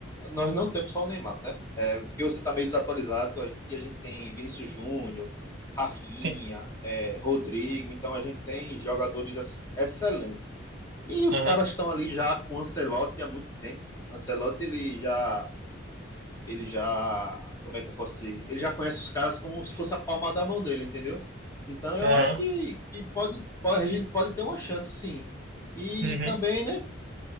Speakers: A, on the left (about 15°); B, on the right (about 55°).
A: nós não temos só o Neymar, tá? É, porque você tá meio desatualizado, aqui a gente tem Vinícius Júnior, Rafinha,
B: Sim.
A: é, Rodrigo, então a gente tem jogadores, assim, excelentes. E os
B: Aham,
A: caras estão ali já com o Ancelotti há muito tempo. Ancelotti, ele já ele já, como é que eu posso dizer? Ele já conhece os caras como se fosse a palma da mão dele, entendeu? Então eu
B: aham,
A: acho que, que pode, pode, a gente pode ter uma chance, sim. E
B: uhum.
A: também, né,